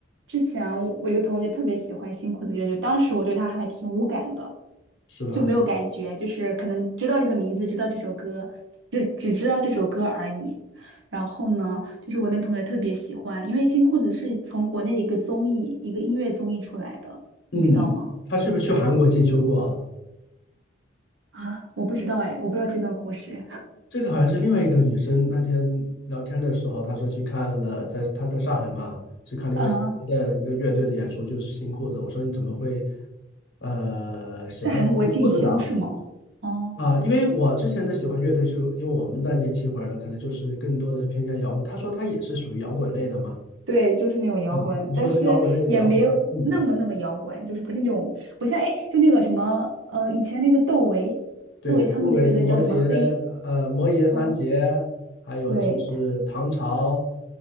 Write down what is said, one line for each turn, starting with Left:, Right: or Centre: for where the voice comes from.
Right: 之前我一个同学特别喜欢新裤子乐队，当时我对他还挺无感的，
Left: 是吧？
Right: 就没有感觉，就是可能知道这个名字，知道这首歌，只只知道这首歌而已。然后呢，就是我那同学特别喜欢，因为新裤子是从国内的一个综艺，一个音乐综艺出来的，
Left: 嗯，
Right: 你知道吗？
Left: 他是不是去韩国进修过啊？
Right: 啊，我不知道哎，我不知道这段故事，
Left: 这个好像是另外一个女生那天聊天的时候，她说去看了，在她在上海嘛，去看了一个小型的一个乐队的演出，
Right: <laughs> 嗯。
Left: 就是新裤子。我说你怎么会呃喜欢新裤子的啊
Right: 在韩国进修是吗？哦，
Left: 啊，因为我之前的喜欢乐队就，因为我们的年轻一会儿的，可能就是更多的是偏向摇滚。他说他也是属于摇滚类的嘛。
Right: 对，就是那种摇滚，
Left: 啊，你说是摇滚类的话，
Right: 但是也没有那么那么摇滚，
Left: 嗯，
Right: 就是不是那种不像哎，就那个什么呃，以前那个窦唯，
Left: 对，
Right: 窦唯他们的乐队叫什么黑，
Left: 周围就摩羯，呃，摩羯三杰，
Right: 嗯，
Left: 还有就是唐朝，
Right: 对，他